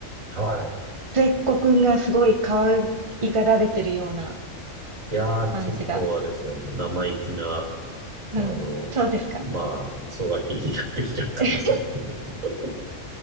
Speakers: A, on the right; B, on the right.
A: は
B: 末っ子くんがすごい可愛がられてるような
A: い。いやー、
B: 感じが。
A: 結構あれですよ。生意気な、あの、
B: うん、そうですか。
A: まあ、クソガキになってきちゃったの、
B: <laughs>
A: 最近だったら。